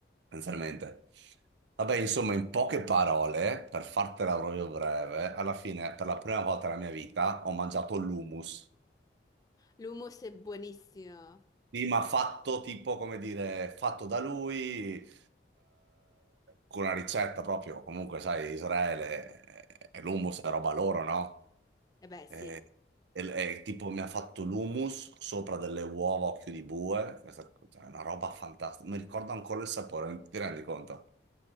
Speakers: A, on the right; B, on the left.
A: essenzialmente. Vabbè, insomma, in poche parole, per fartela proprio breve, alla fine, per la prima volta nella mia vita, ho mangiato l'hummus.
B: L'hummus è buonissimo.
A: Sì, ma fatto tipo, come dire, fatto da lui, eh, con una ricetta proprio, comunque, sai, Israele, eh, l'hummus è roba loro, no?
B: Eh beh,
A: E-
B: sì.
A: e- e tipo mi ha fatto l'hummus sopra delle uova a occhio di bue, questa cioè, è una roba fantastica, mi ricordo ancora il sapore, ti rendi conto?